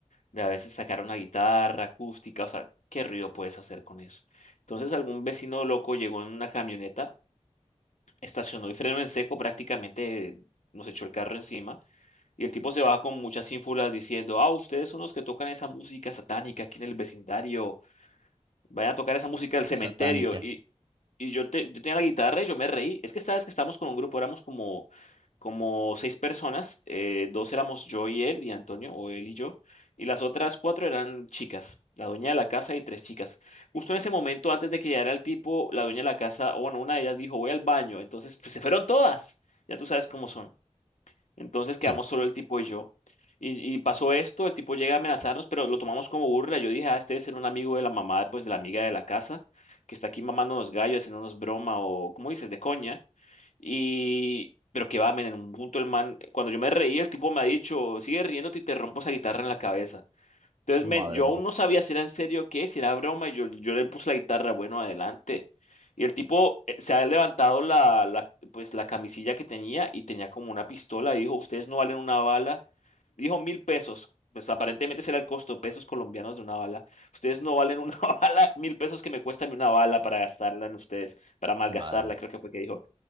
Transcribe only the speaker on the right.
Satánica,
sí,
madre
mía,
madre mía.